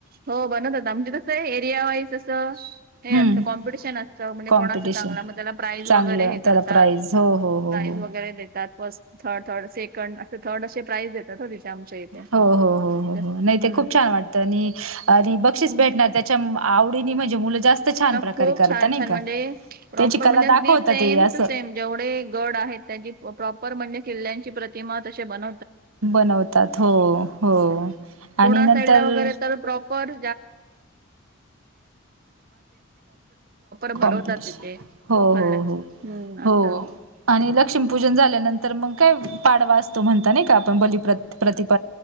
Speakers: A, on the right; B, on the right.
A: हो बनवतात ना आमची तस आहे एरिया वाईज असं हे
B: हम्म
A: असतं कॉम्पिटिशन असतं म्हणजे
B: कॉम्पिटिशन
A: कोणाचं चांगलं मग त्याला प्राईज
B: चांगलं
A: वगैरे हे करतात
B: त्याला प्राईज हो हो हो
A: प्राईज
B: हो
A: वगैरे देतात फर्स्ट थर्ड थर्ड सेकंड असे थर्ड असे प्राइज देतात आमच्या इथे.
B: हो हो हो हो
A: हम्म
B: हो नाही ते खूप छान वाटतं आणि बक्षीस
A: हम्म
B: भेटणार त्याच्या आवडी म्हणजे मुलं जास्त छान
A: खूप
B: प्रकारे करता
A: छान
B: नाही
A: छान
B: का
A: म्हणजे प्रॉपर
B: त्याची कला
A: म्हणजे
B: दाखवतात
A: सेम
B: ते असं
A: टू सेम जेवढे गड त्यां प्रॉपर म्हणजे किल्ल्यांची प्रितीमा तसे बन
B: बनवतात हो हो
A: <inaudible>
B: आणि नंतर
A: <inaudible> प्रॉपर भरवतात
B: कॉम्पिटिशन
A: तिथे
B: हो
A: म्हटल
B: हो हो
A: हम्म अस
B: हो आणि लक्ष्मीपूजन झाल्यानंतर मग काय पाडवा असतो म्हणता नाही का आपण बलिप प्रत <inaudible>